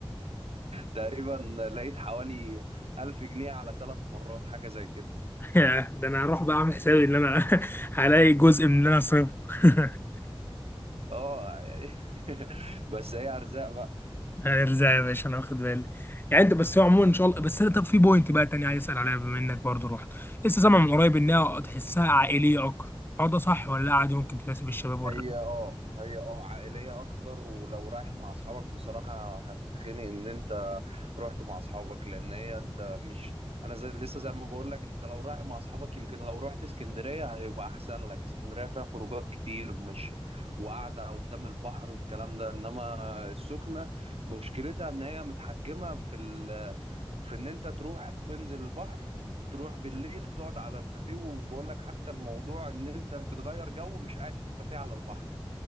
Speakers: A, on the right (about 85°); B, on the left (about 20°).
A: تقريبا لقيت حوالي 1000 جنيه على ثلاث مرات حاجه زي كده
B: <laughs> يا ده انا هروح بقى اعمل حسابي ان انا <laughs> هلاقي جزء من اللي انا صرفه <laughs>
A: اه يعني <laughs> بس هي ارزاق بقى
B: ارزع يا باشا انا واخد بالي يعني انت بس هو عموما ان شاء الله بس انا طب في بوينت بقى تاني عايز اسال عليها بما انك برضو رحت لسه سامع من قريب انها تحسها عائليه اكتر الحوار ده صح ولا لا عادي ممكن تناسب الشباب
A: هي
B: وال-
A: اه هي اه عائلية أكتر ولو رايح مع أصحابك بصراحة هتتخنق إن أنت رحت مع أصحابك لأن هي أنت مش أنا زي لسه زي ما بقول لك أنت لو رايح مع أصحابك يمكن لو رحت اسكندرية هيبقى أحسن لك اسكندرية فيها خروجات كتير مش وقعدة قدام البحر والكلام ده إنما السخنة مشكلتها إن هي متحجمة في ال... في إن أنت تروح تنزل البحر تروح بالليل تقعد على الكافيه وبقول لك حتى الموضوع ان انت بتغير جو مش قاعد في الكافيه على البحر